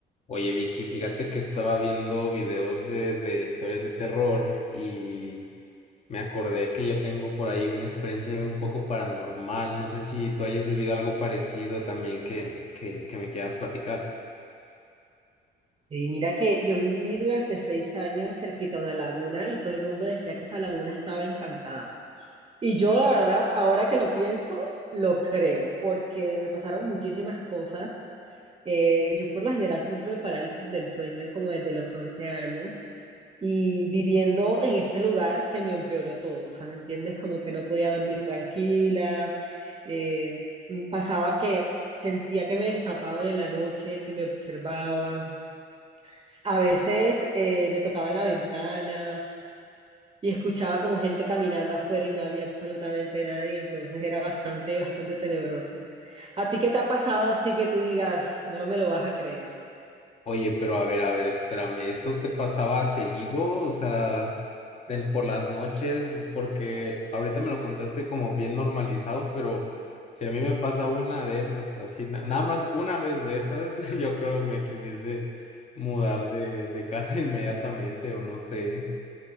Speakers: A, on the left; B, on the right.
A: Oye, Vicky, fíjate que estaba viendo videos de, de historias de terror y me acordé que yo tengo por ahí una experiencia un poco paranormal. No sé si tú hayas vivido algo parecido también que, que, que me quieras platicar.
B: Sí, mira que yo viví durante seis años cerquita a una laguna y todo el mundo decía que esa laguna estaba encantada. Y yo, la verdad, ahora que lo pienso, lo creo, porque me pasaron muchísimas cosas. Eh, yo por lo general sufro de parálisis del sueño como desde los 11 años y viviendo en este lugar se me empeoró todo, o sea, ¿me entiendes? Como que no podía dormir tranquila, eh, pasaba que sentía que me destapaban en la noche, que me observaban. A veces eh, me tocaba en la ventana y escuchaba como gente caminando afuera y no había absolutamente nadie, entonces era bastante, bastante tenebroso. ¿A ti qué te ha pasado así que tú digas, no me lo vas a creer?
A: Oye, pero a ver, a ver, espérame, ¿eso te pasaba seguido? O sea, del- por las noches, porque ahorita me lo contaste como bien normalizado, pero si a mí me pasa una de esas, así, na- nada más una vez de esas, <laughs> yo creo me quisiese mudar de, de casa <laughs> inmediatamente, o no sé.